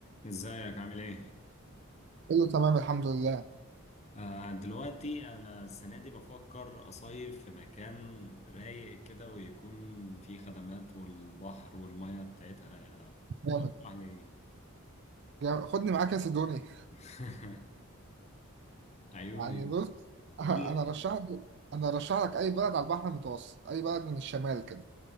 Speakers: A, on the left; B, on the right.
A: ازيك عامل ايه؟
B: كله تمام الحمد لله
A: آه دلوقتي انا السنه دي بفكر اصيف في مكان رايق كده ويكون فيه خدمات والبحر والميه بتاعتها رايقه
B: جامد
A: تسمح لي ايه؟
B: جامد خدني معاك يا سيدوني
A: <laughs> عيوني
B: يعني بص <laughs>
A: قول
B: انا
A: لي
B: رشح لك انا رشح لك اي بلد على البحر المتوسط اي بلد من الشمال كده